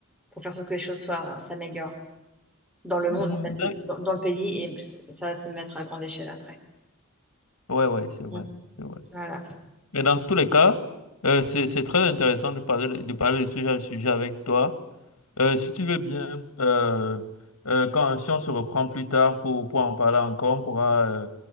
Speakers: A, in the centre; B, on the left.
A: pour faire en sorte que les choses soient, s'améliorent dans le
B: Mm,
A: monde, en fait,
B: d'ac-
A: dans, dans le pays et ça va se mettre à grande échelle après.
B: Ouais, ouais, c'est vrai,
A: Mm.
B: c'est vrai.
A: Voilà.
B: Mais dans tous les cas, euh, c'est c'est très intéressant de parler de parler de sujet à sujet avec toi. Euh, si tu veux bien, euh, euh, quand, si on se reprend plus tard pour, pour en parler encore, on pourra euh,